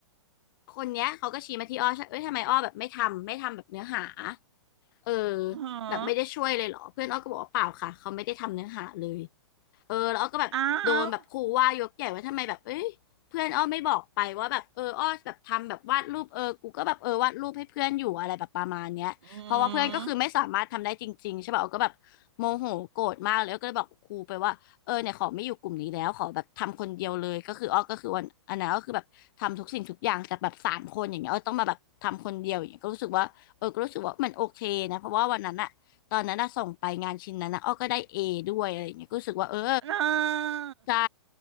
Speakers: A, on the left; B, on the right.
A: คนเนี้ยเขาก็ชี้มาที่อ้อใช่เอ้ยทำไมอ้อแบบไม่ทำไม่ทำแบบเนื้อหา เออ
B: อือหือ
A: แบบไม่ได้ช่วยเลยเหรอเพื่อนอ้อก็บอกว่าเปล่าค่ะเขาไม่ได้ทำเนื้อหาเลย เออแล้วอ้อก็แบบโดนแบบครูว่ายกใหญ่ว่าทำไมแบบเอ้ยเพื่อนอ้อไม่บอกไปว่าแบบเอออ้อแบบทำแบบวาดรูปเออกูก็แบบเออวาดรูปให้เพื่อนอยู่อะไรแบบประมาณเนี้ยเพราะว่าเพื่อนก็คือไม่สามารถทำได้จริงๆใช่ป่ะอ้อก็แบบโมโหโกรธมากเลยอ้อก็เลยบอกครูไปว่าเออเนี่ยขอไม่อยู่กลุ่มนี้แล้วขอแบบทำคนเดียวเลยก็คืออ้อก็คือวันอันนั้นก็คือแบบทำทุกสิ่งทุกอย่างแต่แบบสามคนอย่างเงี้ยอ้อต้องมาแบบทำคนเดียวอย่างเงี้ยก็รู้สึกว่าเออก็รู้สึกว่ามันโอเคนะเพราะว่าวันนั้นอะ
B: อ้าวอืม
A: ตอนนั้นน่ะส่งไปงานชิ้นนั้นนะอ้อก็ได้เอด้วยอะไรอย่างเงี้ยก็รู้สึกว่าเออ
B: เออ
A: ใช่